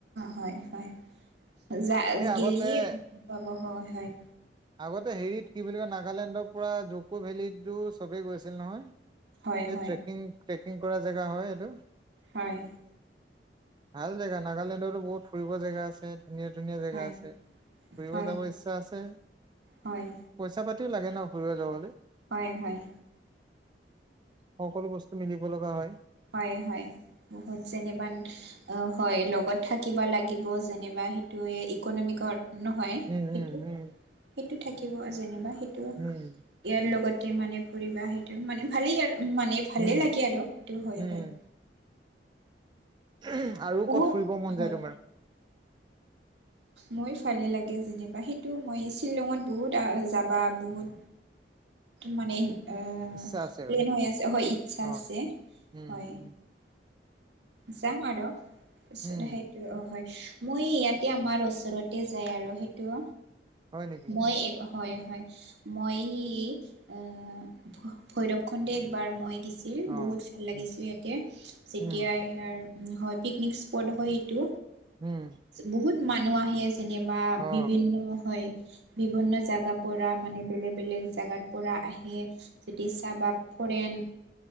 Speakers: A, on the right; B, on the right.
A: হয়, হয়। যা
B: এই আগতে
A: গেলিয়ে পাব হয়, হয়।
B: আগতে হেৰিত কি বুলি কয়, নাগালেণ্ডৰ পৰা জকো ভেলিতটো চবেই গৈছিল নহয়?
A: হয়
B: এই
A: হয়
B: ট্ৰেকিং-ট্ৰেকিং কৰা জেগা হয় সেইটো।
A: হয়।
B: ভাল জেগা, নাগালেণ্ডৰতো বহুত ফুৰিব জেগা আছে। ধুনীয়া-ধুনীয়া জেগা
A: হয়
B: আছে, ফুৰিব
A: হয়
B: যাব ইচ্ছা আছে
A: হয়।
B: পইচা পাতিও লাগে ন' ঘূৰিব যাবলৈ।
A: হয়-হয়।
B: সকলো বস্তু মিলিব লগা হয়
A: হয় হয় বহুত যেনিবা অ হয় লগত থাকিব লাগিব যেনিবা সেইটো ইকনমিকৰ নহয়
B: উম
A: সেইটো-সেইটো
B: উম উম
A: থাকিব যেনিবা সেইটো
B: উম
A: ইয়াৰ লগতে মানে ফুৰিবা সেইটো মানে ভালেই আৰু মানে ভালে
B: উম
A: লাগে আৰু সেইটো হয়-হয়।
B: উম <unintelligible>
A: অত
B: ফুৰিব মন
A: হয়
B: যায় <unintelligible>
A: মই ভালে লাগে যেনিবা সেইটো মই শ্বিলঙত বহুত যাবা বহুত মানে আহ
B: ইচ্ছা আছে
A: প্লেন
B: আৰু নেকি
A: হৈ আছে, হয় ইচ্ছা
B: অ
A: আছে
B: উম
A: হয়।
B: উম
A: যাম আৰু পিছত
B: উম
A: হেই অ হয় মই ইয়াতে আমাৰ ওচৰতে যাই আৰু সেইতো
B: হয় নেকি
A: মই এক ক হয়-হয় মই ভৈৰৱ খণ্ডে একবাৰ মই গেছি ছিল
B: অ
A: বহুত ভাল লাগিছো
B: উম
A: ইয়াতে, যেতিয়া
B: উম
A: ইয়াৰ হয় পিকনিক স্পট হয় সেইটো
B: উম
A: বহুত মানুহ আহে যেনিবা
B: অ
A: বিভিন্ন হয় বিভিন্ন জেগা পৰা মানে বেলেগ বেলেগ জেগাৰ পৰা আহে যেতি চাবা ফৰেইন,